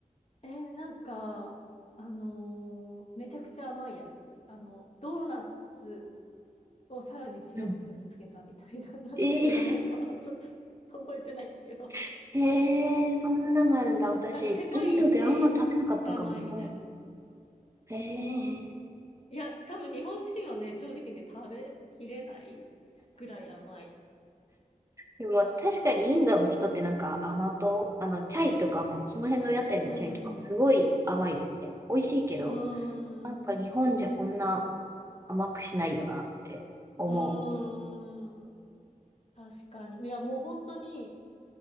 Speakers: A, on the left; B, on the right.
A: えーなんか、あのーめちゃくちゃ甘いやつ。あの、ドーナツをさらにシロップにつけたみたいな、
B: うん。
A: <laughs> なんていう名前かはちょっ
B: えー、
A: と覚えてないんですけど。
B: <laughs> えー、そんなのあるんだ。私、
A: なんか世界一甘いみたいな。
B: インドであんま食べなかったかも。うん。えー
A: うん。いや、多分日本人はね、正直ね、食べきれないぐらい甘い。
B: でも確かにインドの人ってなんか甘党、あの、チャイとかも、その辺の屋台のチャイとかもすごい甘いですね。
A: うん。
B: 美味しいけど、
A: うん。
B: なんか日本じゃこんな甘くしないよなって思
A: うん。確かに。いや、もう本当に、